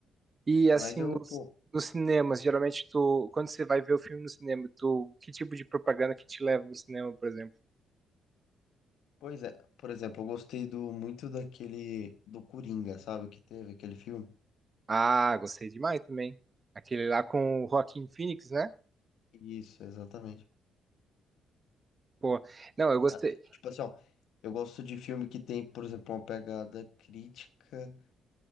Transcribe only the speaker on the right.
E
assim,
nos,
nos cinemas, geralmente tu, quando você vai ver o filme no cinema, tu, que tipo de propaganda que te leva pro cinema, por exemplo?
Ah, gostei demais também. Aquele lá com o Joaquin Phoenix, né?
Pô, não, eu gostei.